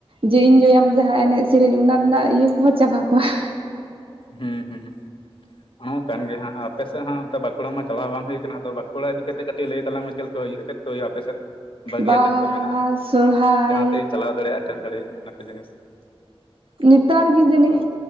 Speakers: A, on the right; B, on the left.
A: ᱡᱮ ᱤᱧᱡᱚᱭᱟᱢ ᱡᱟᱦᱟᱸ ᱮᱱᱮᱡ ᱥᱮᱨᱮᱧ ᱚᱱᱟ ᱤᱭᱟᱹᱼᱼ ᱚ ᱪᱟᱵᱟ ᱠᱚᱣᱟ ᱾
B: ᱦᱩᱸ ᱦᱩᱸ, ᱚᱱᱟᱢᱟ ᱠᱟᱱ ᱜᱮ ᱦᱟᱸᱜ ᱟᱯᱮᱥᱮᱫ ᱦᱟᱸᱜ ᱚᱱᱛᱮ ᱵᱟᱸᱠᱩᱲᱟ ᱢᱟ ᱪᱟᱞᱟᱣ ᱵᱟᱝ ᱦᱩᱭᱼᱼ ᱟᱫᱚ ᱵᱟᱸᱠᱩᱲᱟ ᱤᱫᱤ ᱠᱟᱛᱮᱜ ᱠᱟᱹᱴᱤᱡ ᱞᱟᱹᱭ ᱛᱟᱞᱟᱝ ᱢᱮ ᱪᱮᱫ ᱠᱚ ᱦᱩᱭᱩᱜᱼᱟ ᱪᱮᱫ ᱠᱚ ᱦᱩᱭᱩᱜᱼᱟ ᱟᱯᱮ ᱥᱮᱫ? ᱵᱷᱟᱹᱜᱤᱭᱟ
A: ᱵᱟᱦᱟ
B: ᱪᱮᱫ ᱠᱚ ᱢᱮᱱᱟᱜᱼᱟ,
A: ᱥᱚᱨᱦᱟᱭ
B: ᱡᱟᱦᱟᱸ ᱛᱮᱞᱤᱧ ᱪᱟᱞᱟᱣ ᱫᱟᱲᱮᱭᱟᱜᱼᱟ ᱮᱴᱮᱱ ᱫᱟᱲᱮᱭᱟᱜᱼᱟ ᱚᱱᱟ ᱠᱚ ᱡᱤᱱᱤᱥ ᱾
A: ᱱᱮᱛᱟᱨ ᱜᱮ ᱡᱟᱹᱱᱤᱡ